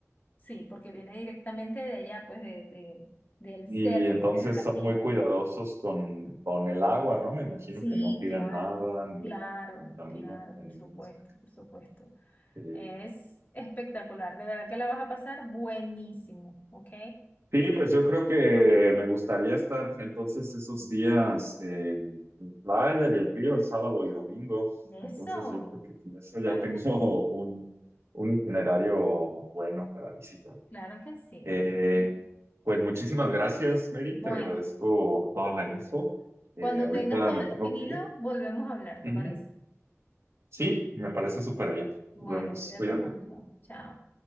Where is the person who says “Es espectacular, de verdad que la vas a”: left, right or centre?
Left